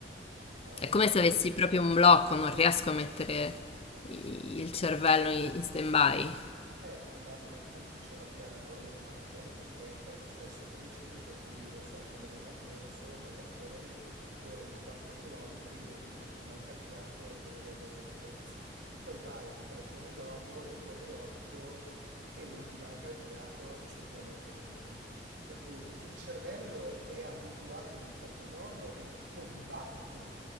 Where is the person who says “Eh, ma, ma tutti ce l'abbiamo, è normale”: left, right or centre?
Right